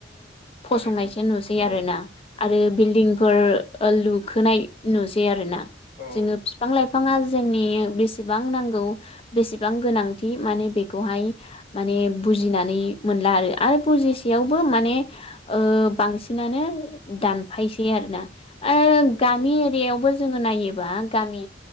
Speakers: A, on the left (about 30°); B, on the left (about 45°).
A: फसंनायसो
B: दारिमिन
A: नुसै
B: औ
A: आरोना आरो बिल्दिंफोर लुखोनाय नुसै आरोना
B: औ
A: जोङो बिफां - लाइफाङा जोंनि बेसेबां नांगौ बेसेबां गोनांथि माने बेखौ हाय माने बुजिनानै मोनला आरो बुसेयावबो माने ओ बांसि सिनानो दानफायसै आरोना ओ
B: औ नंगौ
A: गामि एरियायावबो जोङो नायोबा गा मि